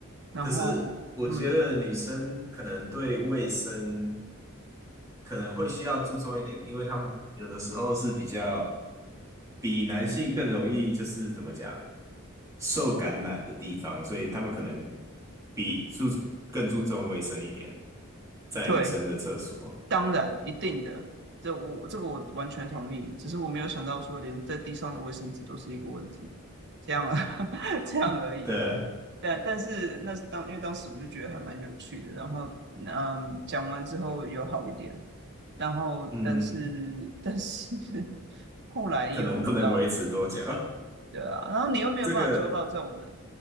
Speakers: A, on the right (about 55°); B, on the right (about 15°).
A: 然后嗯，
B: 可是我觉得女生可能对卫生可能会需要注重一点，因为他们有的时候是比较比男性更容易，就是怎么讲，受感染的地方，所以他们可能比注更注重卫生一点，在女生的厕所
A: 对。当然，一定的，这我这个我完全同意。只是我没有想到说，连在地上的卫生纸都是一个问题，这样啊，<laughs> 这样而已。
B: 的，
A: 但但是那是当因为当时我就觉得还蛮有趣的，然后嗯，讲完之后有好一点，然后但嗯是但是
B: 嗯，
A: <laughs> 后来又你知道，
B: 可能不能维持多久。
A: 对啊，然后你又没有办法抓到这种人，
B: <laughs> 这个，